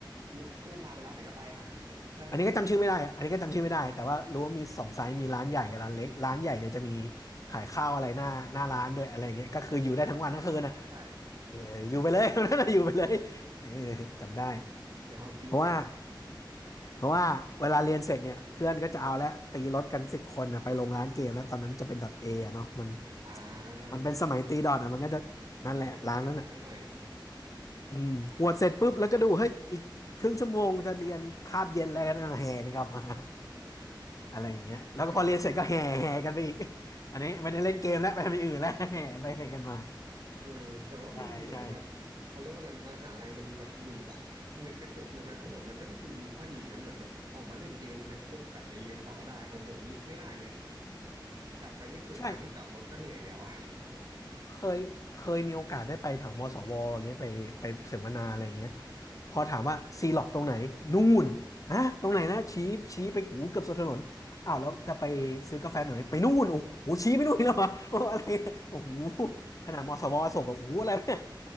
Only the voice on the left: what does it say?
อันนี้ก็จำชื่อไม่ได้อะอันนี้ก็จำชื่อไม่ได้ แต่ว่ารู้ว่ามีสองไซส์มีร้านใหญ่กับร้านเล็กร้านใหญ่เนี่ยจะมีขายข้าวอะไรหน้าหน้าร้านด้วยอะไรอย่างเงี้ยก็คืออยู่ได้ทั้งวันทั้งคืนอ่ะ
เอออยู่ไปเลย <laughs> นั่นน่ะอยู่ไปเลยเออ
จำได้
เพราะว่าเพราะว่าเวลาเรียนเสร็จเนี่ยเพื่อนก็จะเอาแล้วตีรถกันสิบคนนะไปลงร้านเกมแล้วตอนนั้นจะเป็นดอทเอะเนาะมัน
มันเป็นสมัยตีดอทอ่ะมันก็จะนั่นแหละร้านนั้นอ่ะ
อืมหวดเสร็จปุ๊บแล้วก็ดูเฮ้ยอีกครึ่งชั่วโมงจะเรียนคาบเย็นแล้วกันแห่กันกลับมา อะไรอย่างเงี้ยแล้วก็พอเรียนเสร็จก็แห่แห่กันไปอีก
<laughs> อันนี้ไม่ได้เล่นเกมแล้วไปทำอย่างอื่นแล้ว <laughs> แห่กันไปแห่กันมา
ใช่ใช่
ใช่เคยเคยมีโอกาสได้ไปแถวมศวอย่างเงี้ยไปไปเสวนาอะไรอย่างเงี้ยพอถามว่าซีล็อกตรงไหนนู่นฮะตรงไหนนะชี้ชี้ไปกูเกือบสุดถนนอ้าวแล้วจะไปซื้อกาแฟหน่อยไปนู่นโอ้โหชี้ไปนู่นอีกแล้วเหรอโอ้ <laughs> อะไรเนี่ยโอ้โห
ขนาดมศวส่งแบบโอ้โหอะไรเนี่ย